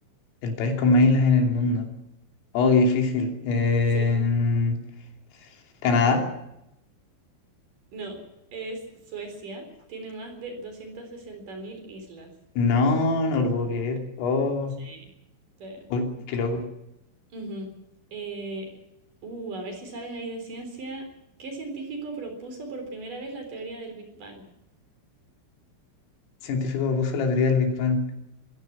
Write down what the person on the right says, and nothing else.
Sí,
no, es Suecia. Tiene más de 260.000 islas.
Sí. Sí.
Ujú. Eh, uh, a ver si sabes ahí de ciencia. ¿Qué científico propuso por primera vez la teoría del Big Bang?